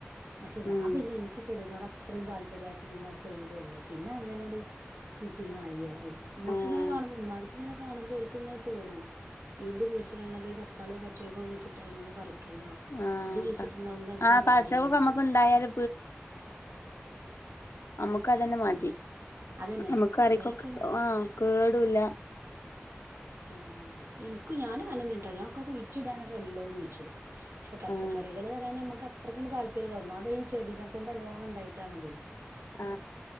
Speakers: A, on the right (about 80°); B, on the left (about 85°).
A: പക്ഷെ
B: ഉം
A: ഞാൻ പിന്നെ ഇൻക്ക് ചെടിനോട് അത്രീം താല്പര്യമായപ്പോ പിന്നെ ഒറ്റ വിടു ല്ലേ പിന്നെ അങ്ങനെയാട്ട് സീറ്റിംഗ് ആയി അല്ലെ നമ്മക്ക
B: ആഹ്
A: ഇങ്ങനെ കാണുമ്പോ ഇമ്മാര്ക്ക് ഇങ്ങനെ കാണുമ്പോൾ ഓൽക്ക് ഇങ്ങനെ തോന്നും ഇത് കുഴിച്ചിട്ണ ഒരു തകാളിയോ പച്ചളകോ കുഴിച്ചിട്ട അയ്മന്ന് പറി ക്കല്ലോ
B: ആഹ്
A: ഇത് കുയിച്ചിട്ടൊണ്ട്
B: പ
A: എന്താ
B: ആഹ് പച്ചക്കൊക്കെ
A: കാര്യം ചോയിച്ചു.
B: നമ്മക്ക് ഇണ്ടായാല് നമ്മക്ക് അതന്നെ മതി
A: അതന്നെ
B: ഞമ്മക്ക്
A: പച്ചമുളകൊക്കെ
B: കറിക്കൊക്കെ ആ കേടൂല്ല.
A: ആ ഇൻക്ക് ഞാൻ അനന് ട്ടോ ഞാൻ ഒക്കെ കുഴിച്ചിടാനൊക്കെ എല്ലം കുഴിച്ച് പക്ഷെ പച്ചക്കറികൾ
B: ആഹ്
A: പറയാന് ഞമ്മക്ക് അ ത്രക്കാണ്ട്താല്പര്യല്ല ഒന്നാമത് ഈ ചെടീനെ ക്കൊണ്ട് നല്ലോണം ഇണ്ടായിട്ടാണത്.
B: ആ